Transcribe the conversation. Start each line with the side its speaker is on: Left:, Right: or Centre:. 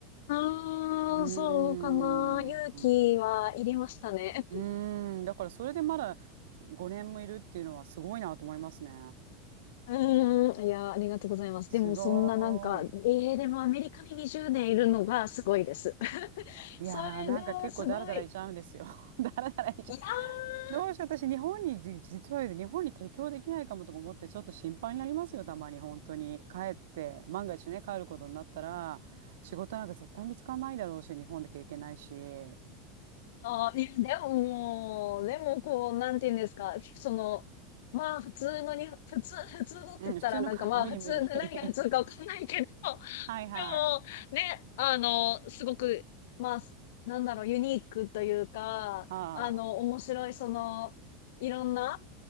Left: ーん、
Right: うーん。
Left: そうかな。勇気はいりましたね。
Right: う
Left: <laughs>
Right: ーん。だからそれでまだ5年もいるっていうのはすごいなと思いますね。
Left: うーん、いや、ありがとうございます。
Right: すごーい。
Left: でも、そんななんか、えー、でもアメリカに20年いるのがすごいです。<laughs>
Right: いやー、
Left: それですごい。
Right: なんか結構ダラダラいちゃうんですよ。<laughs> ダラダラいちゃう。
Left: いやー
Right: どうしよう、私、日本にじ、実は言うと日本に提供できないかもとか思って、ちょっと心配になりますよ、たまに、本当に。帰って、万が一ね、帰ることになったら、仕事なんか絶対見つからないだろうし、日本だけいけないし。ね。
Left: ああ、いや、でも、でも、こう、なんて言うんですか、その、まあ、普通のに、普通、普通のって言ったら、
Right: うん、普通のか、
Left: なんかまあ、
Right: <laughs> 無理無理。
Left: 普通、何が普通かわかんないけど、
Right: <laughs> はいはい。
Left: でも、ね、あの、すごく、まあ、なんだろう、ユニークというか、
Right: は
Left: あの、
Right: あ。
Left: 面白い、その、いろんな、